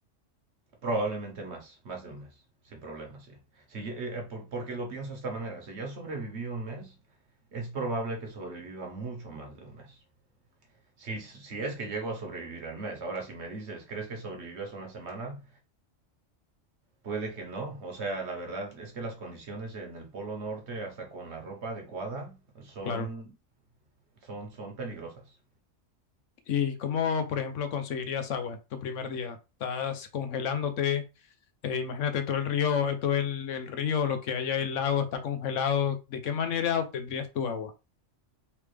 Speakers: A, on the right; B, on the left.
A: Probablemente más, más de un mes, sin problema, sí. Si eh, eh, por- porque lo pienso de esta manera, si ya sobreviví un mes, es probable que sobreviva mucho más de un mes. Si, si es que llego a sobrevivir al mes, ahora si me dices, ¿crees que sobrevivas una semana? Puede que no, o sea, la verdad es que las condiciones en el Polo Norte, hasta con la ropa adecuada, son,
B: Claro.
A: son, son peligrosas.
B: ¿Y cómo, por ejemplo, conseguirías agua tu primer día? ¿Estás congelándote? Eh, imagínate todo el río, eh, todo el, el río, lo que haya el lago está congelado. ¿De qué manera obtendrías tu agua?